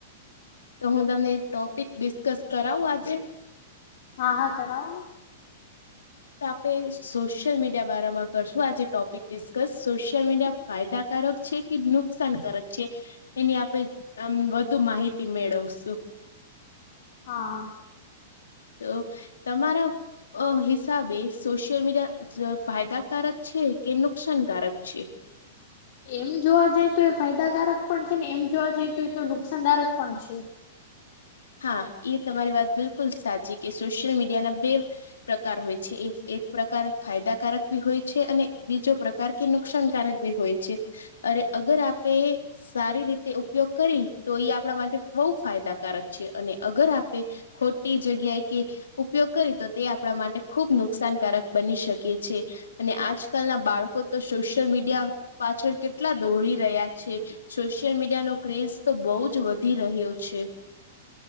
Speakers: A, on the left; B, on the left.
A: તો હું તમને એક ટોપિક ડિસ્કસ કરાવું આજે.
B: હા, હા, કરાવો.
A: તો આપણે સોશિયલ મીડિયા બારામાં કરશું, આજે ટોપિક ડિસ્કસ સોશિયલ મીડિયા ફાયદાકારક છે કે, નુકસાનકારક છે? એની આપે, વધુ માહિતી મેળવશું.
B: હા.
A: તો તમારા. અ હિસાબે સોશિયલ મીડિયા ફાયદાકારક છે કે, નુકસાનકારક છે?
B: એમ જોવા જઈ તો, એ ફાયદાકારક પણ છે ને, એમ જોવા જાય તો એ તો નુકસાનદારક પણ છે.
A: હા, એ તમારી વાત બિલકુલ સાચી કે, સોશિયલ મીડિયાના બે પ્રકાર હોય છે, એ એક પ્રકાર ફાયદાકારક બી હોય છે, અને બીજો પ્રકાર કાર કે નુકસાનકારક ભી હોય છે, અરે અગર આપે. સારી રીતે ઉપયોગ કરી તો, એ આપણા માટે બહુ ફાયદાકારક છે, અને અગર આપે. ખોટી જગ્યા કે ઉપયોગ કરી તો, તે આપણા માટે ખુબ નુકસાનકારક બની શકે છે. અને આજકાલના બાળકો તો, સોશિયલ મીડિયા પાછળ કેટલા દોડી રહ્યા છે. સોશિયલ મીડિયાનો ક્રેઝ તો બહુ જ વધી રહ્યો છે.